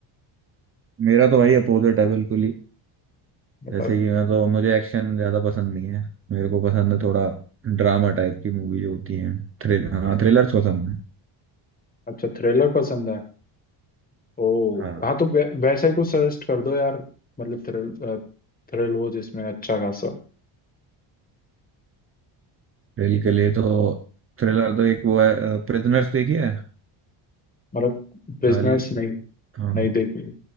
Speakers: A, on the right; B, on the left.
A: मेरा तो भाई अपोजिट है बिल्कुल ही
B: मतलब
A: जैसे कि मैं तो मुझे एक्शन ज्यादा पसंद नहीं है मेरे को पसंद है थोड़ा ड्रामा टाइप की मूवी जो होती है थ्रिल हाँ थ्रिलर्स पसंद है
B: अच्छा थ्रिलर पसंद है ओ
A: हाँ
B: हाँ तो वै, वैसा ही कुछ सजेस्ट कर दो यार मतलब थ्रिल थ्रिल हो जिसमें अच्छा खासा
A: थ्रिल के लिए तो थ्रिलर तो एक वो है प्रिजनर्स देखी है
B: मतलब बिजनेस
A: खाली
B: नहीं
A: हाँ
B: नहीं देखी